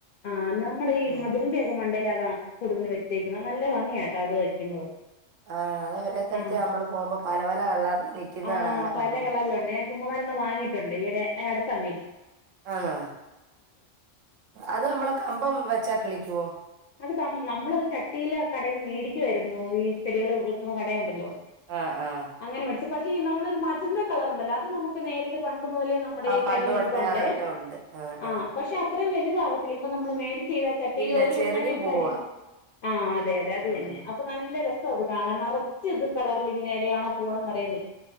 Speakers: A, on the left; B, on the right.
A: ആഹ്, നമ്മുടെ ഈ
B: ഉം
A: മതിലിന്റെ ഒക്കെ മണ്ടേലാ ആഹ് കൂടുതൽ വെച്ചേക്കുന്നേ. നല്ല ഭംഗിയാ കേട്ടോ അത് വെക്കുമ്പോ.
B: ആഹ് അത് ഓരോരുത്തരത്ത്
A: ആഹ്.
B: നമ്മള് പോകുമ്പോ പല പല കളറില് നിക്കുന്ന
A: ആഹ്
B: കാണാൻ നല്ല
A: പല
B: ഭംഗിയാ
A: കളറിൽ ഉണ്ട്. ഞാനിപ്പോ മൂന്നാലെണ്ണം വാങ്ങീട്ടുണ്ട്. ഈയിടെ അടുത്താ മേടി
B: ആന്നോ? അത് നമ്മള് കമ്പ് വെച്ച കിളി ക്കുവോ
A: അത് കം നമ്മളത് ചട്ടില് കടേന്നു മേടിക്കുവായിരുന്നു ഈ ചെടികള് വിക്കുന്ന കടയുണ്ടല്ലോ?
B: ആഹ് ആഹ്
A: അങ്ങനെ മേടിച്ചു പക്ഷേ ഈ നമ്മളൊരു മജന്താ കളറുണ്ടല്ലോ? അത് നമുക്ക് നേരത്തെ പണ്ട് ണ്ട് മുതലേ നമ്മളെ
B: ആ
A: ഈ
B: പണ്ട്
A: സൈഡിൽ
B: തൊട്ടേ
A: നിൽപ്പുണ്ടെ.
B: അതൊക്കെ ഉണ്ട് ആ
A: ആഹ്
B: ആ
A: പക്ഷേ അത്രയും വല്താവത്തില്ല ഇപ്പോ നമ്മൾ മേടി ചെയ്താ ചട്ടീലൊരു
B: ഇല്ല ചെറിയ
A: അതിന് ഒരു
B: പൂവാ
A: പരി, ആഹ് അതെ അതെ അത്
B: ഉം
A: തന്നെ അപ്പോ നല്ല രസ. രസമുണ്ട് കാണാൻ നിറച്ചുണ്ട് കളറില് ഇങ്ങനെ ഇല ആണോ പൂവാണോ എന്നറിയാതെ.